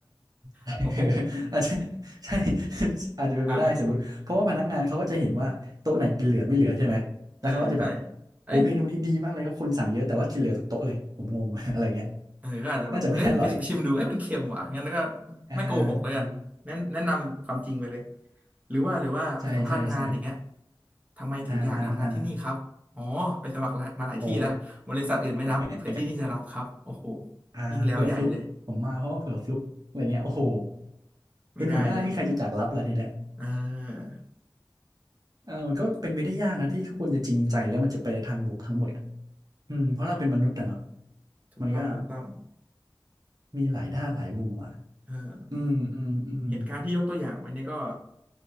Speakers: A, on the right (about 50°); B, on the right (about 15°).
A: <laughs>
B: <laughs> โอ้โห
A: อาจจะใช่ <laughs> อาจจะเป็นไปได้สมมติเพราะว่าพนักงานเขาก็จะเห็นว่าโต๊ะไหนกินเหลือไม่เหลือใช่ไหมแล้วเขาก็จะแบบ
B: อ่าเออใช่เอ้ย
A: โอ้เมนูนี้ดีมากเลยก็คนสั่งเยอะแต่ว่ากินเหลือทุกโต๊ะเลยผมงง <laughs> อะไรเงี้ย
B: เออก็อาจจะแบบเอ้ยไปไปชิมดูเอ้ยมันเค็มว่ะงั้นก็
A: น่าจะไม่อร่อยอ่า
B: ไม่โกหกแล้วกันแนะแนะนำความจริงไปเลยหรือว่าหรือว่าไปสัมภาษณ์งานอย่างเงี้ย
A: ใช่ใช่ใช่
B: ทำไมถึงอยากทำงานที่นี่ครับ
A: อ่าอ่าอ่า
B: อ๋อไปสมัครหลายมาหลายที่แล้วบริษัทอื่นไม่รับเผื่อที่นี่จะรับครับโอ้โห
A: โอ้ <laughs> อ่าเผื่อฟลุกผมมาเพราะว่าเผื่อฟลุกอะไรเงี้ยโอ้โห
B: ยิ่งแล้วใหญ่เลย ไม่ได้เลย
A: เป็นหัวหน้ามีใครจะจากรับล่ะทีเนี้ย
B: เออ
A: เออมันก็เป็นไปได้ยากนะที่ทุกคนจะจริงใจแล้วมันจะไปในทางบวกทั้งหมดอะอืมเพราะเราเป็นมนุษย์อะเนาะ
B: ถูกต้องถูกต้อง
A: มันก็มีหลายด้านหลายมุมอ่ะ
B: เออ
A: อืมอืมอืม
B: เหตุการณ์ที่ยกตัวอย่างไว้เนี่ยก็